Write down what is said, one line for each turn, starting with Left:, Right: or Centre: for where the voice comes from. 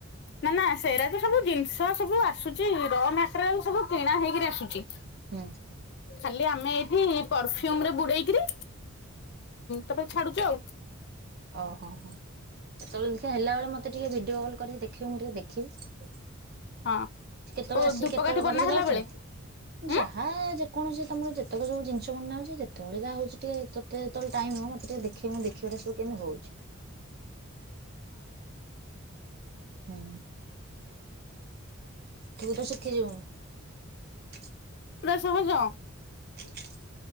Left: ନା ନା ସେରା ତ ସବୁ ଜିନିଷ ସବୁ ଆସୁଚି ର ମେଟ୍ରିଆଲ ସବୁ କିଣା ହେଇକିରି ଆସୁଚି।
Right: ହୁଁ।
Left: ଖାଲି ଆମେ ଏଇଠି ପରଫ୍ୟୁମରେ ବୁ ଡେଇକରି ତାପରେ ଛାଡୁଚୁ ଆଉ।
Right: ଓ ହୋ ହଁ। ସେତେବେଳେ ତ ଦେଖା ହେଲା ବେଳେ ମତେ ଟିକେ ଭିଡିଓ କ କରିକି ଦେଖେଇବୁ ମୁଁ ଟିକେ ଦେଖିବି।
Left: ହଁ।
Right: କେତେବେଳେ
Left: କୋଉ
Right: ଆସିକି
Left: ଧୂପକାଠି
Right: କେତେବେଳେ
Left: ବନା
Right: କରିକି
Left: ହେଲା
Right: ଯାଉଚନ୍ତି
Left: ବେଳେ ଉଁ
Right: ଯାହା ଯେ କୌଣସି ତମର ଯେତେକ ସବୁ ଜିନିଷ ବନା ହଉଚି ତଳେ ଯାହା ହଉଚି ଟିକେ ତତେ ଯେତଳେ ଟାଇମ ହବ ମତେ ଟିକେ ଦେଖେଇବୁ ଦେଖିବାର କିମିତି ହଉଚି। ହୁଁ। ତୁ ତ ଶିଖିଯିବୁଣୁ ।
Left: ସହଜ।
Right: <inaudible>